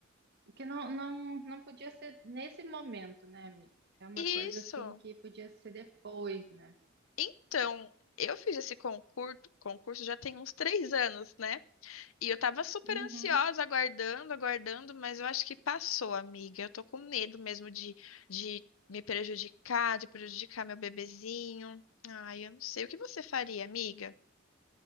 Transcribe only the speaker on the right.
que não, não, não podia ser nesse momento, né, amiga? É uma
coisa assim que podia ser depois, né?
Uhum.